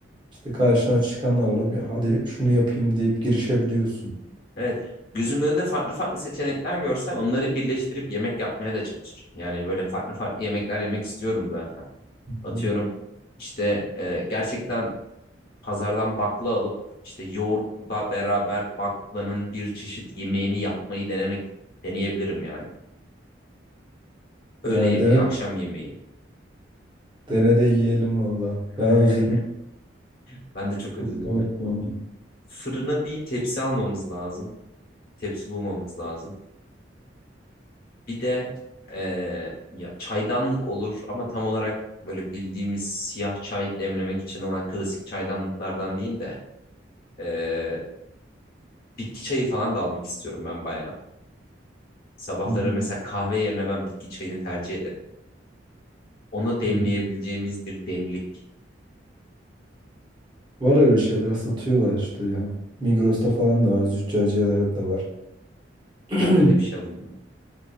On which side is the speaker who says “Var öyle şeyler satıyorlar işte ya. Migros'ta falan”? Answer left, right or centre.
Right